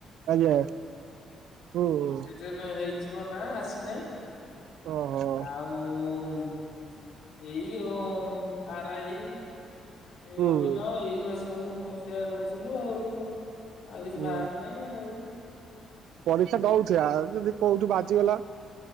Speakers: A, on the right (about 80°); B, on the left (about 80°).
A: ଆଜ୍ଞା, ହୁଁ ଉଁ।
B: ଯେ କାଇ ହେଇଛି କଣ ନା ଆସିନାହିଁ
A: ଓହୋ
B: ଆଉ ଏଇ ଓ ଆରାଇ ଏ
A: ହୁଁ
B: ଅମିନ ଏଇଗୁଡା ସବୁ ପରୀକ୍ଷାରେ ଦଉଥିଲୁ ଆଉ ଆଉ କିଛି
A: ହୁଁ।
B: ବାହାରି ନାହିଁ। ଏଇ ଆଉ
A: ପରୀକ୍ଷା ଦଉଥି ଆ ଯଦି କୋଉଠୁ ବାଜିଗଲା।